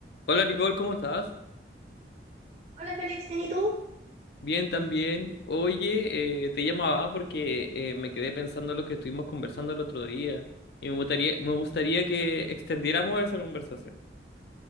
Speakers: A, on the left; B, on the right.
A: Hola Nicole, ¿cómo estás?
B: Hola Félix, ¿bien y tú?
A: Bien, también. Oye, eh, te llamaba porque eh, me quedé pensando en lo que estuvimos conversando el otro día y me gustaría, me gustaría que extendiéramos esa conversación.